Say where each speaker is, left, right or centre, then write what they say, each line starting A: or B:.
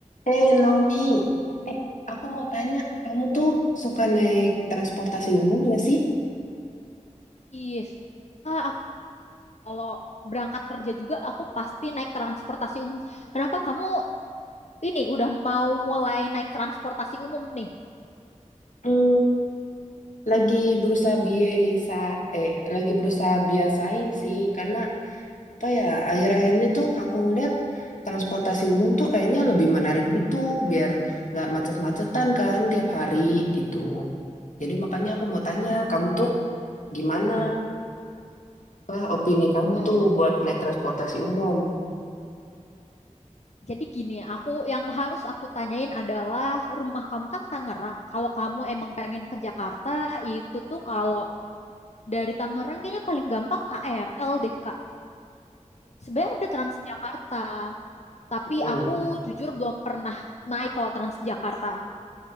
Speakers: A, on the left (about 75°); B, on the left (about 60°).
A: Eh, Naomi, eh, aku mau tanya, kamu tuh suka naik transportasi umum nggak sih?
B: Iya. Ah, aku kalau berangkat kerja juga aku pasti naik transportasi umum. Kenapa kamu ini udah mau mulai naik transportasi umum nih?
A: Hmm, lagi berusaha biasa, eh, lagi berusaha biasain sih, karena apa ya, akhir-akhir ini tuh aku ngeliat transportasi umum tuh kayaknya lebih menarik gitu, biar nggak macet-macetan kan tiap hari gitu. Jadi makanya aku mau tanya,
B: Mm-mm.
A: kamu tuh gimana? Apa opini kamu
B: Hmm.
A: tuh buat naik transportasi umum?
B: Jadi gini, aku yang harus aku tanyain adalah rumah kamu kan Tangerang. Kalau kamu emang pengen ke Jakarta, itu tuh kalau dari Tangerang kayaknya paling gampang KRL deh, Kak. Sebenarnya ada Transjakarta, tapi
A: Hmm.
B: aku jujur belum pernah naik kalau Transjakarta.